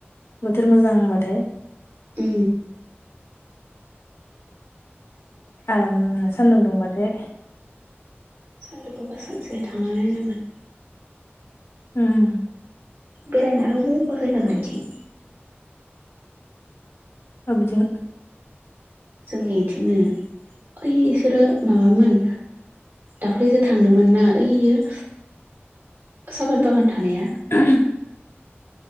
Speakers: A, on the left; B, on the right.
A: बोथोर मोजां होनबाथाय।
B: उ।
A: आराम सान्दुं दुंबाथाय।
B: सानदौखौबा सानसे थांना नायनांगोन‌।
A: उम।
B: बेरायनाय आरो बसायसासै बिथि।
A: आबेथिं?
B: जोंनि बिथिंनो ओइ इसोरो माबामोन। दाख्लैसो थांदोंमोन ना ओइयो सापत बागान थानाया।
A: <inaudible>